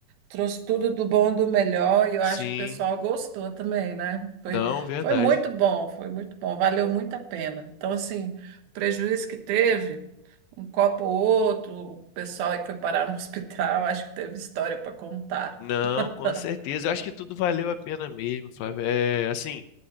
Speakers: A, on the right; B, on the left.
A: trouxe tudo do bom e do melhor, e eu
B: Sim,
A: acho que o pessoal gostou também, né? Foi,
B: não, verdade.
A: foi muito bom, foi muito bom, valeu muito a pena. Então, assim, o prejuízo que teve um copo ou outro, o pessoal aí que foi parar no <laughs> hospital, acho que teve história para contar.
B: Não, com
A: <laughs>
B: certeza. Eu acho que tudo valeu a pena mesmo, Flávio. É, assim,